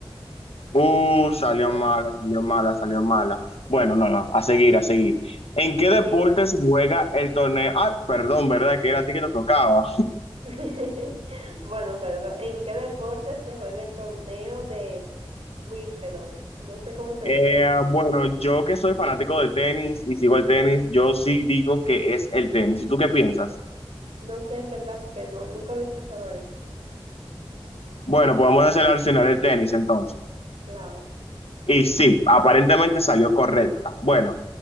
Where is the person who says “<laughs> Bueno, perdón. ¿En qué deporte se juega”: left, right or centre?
Right